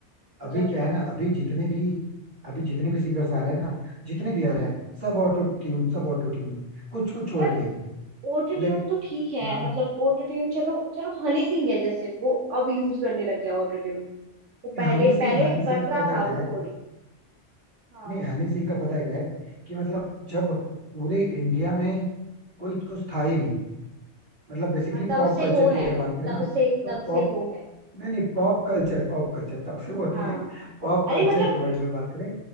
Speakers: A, on the right (about 40°); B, on the right (about 80°).
A: अभी
B: मतलब
A: क्या है ना अभी जितने भी अभी जितने भी सिंगर्स आ रहे हैं ना जितने भी आ रहे हैं सब ऑटो ट्यून सब ऑटो ट्यून कुछ कुछ छोड़
B: यार
A: के
B: ऑटो ट्यून
A: लेकिन
B: तो ठीक है
A: हाँ
B: मतलब ऑटो ट्यून चलो चलो हनी सिंह है जैसे वो अब यूज करने लग गया ऑटो ट्यून वो
A: ये
B: पहले
A: हनी सिंह
B: पहले
A: हनी सिंह
B: करता
A: का पता है
B: था
A: क्या
B: वो
A: है
B: थोड़ी हाँ
A: नहीं हनी सिंह का पता है क्या है कि मतलब जब पूरे इंडिया में कोई कुछ था ही नहीं मतलब बेसिकली
B: हाँ तब
A: पॉप
B: से
A: कल्चर
B: वो
A: की
B: है
A: अगर बात करें
B: तब
A: ना
B: से
A: तो
B: तब से वो है
A: नहीं नहीं पॉप कल्चर पॉप कल्चर तब से वो नहीं
B: हाँ
A: है पॉप
B: अरे
A: कल्चर
B: मतलब
A: के वर्ल्ड में बात करें